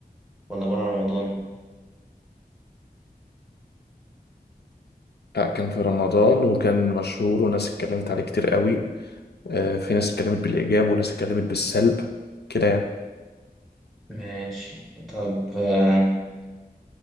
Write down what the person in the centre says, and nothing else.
ولا بره رمضان
ماشي طب آه،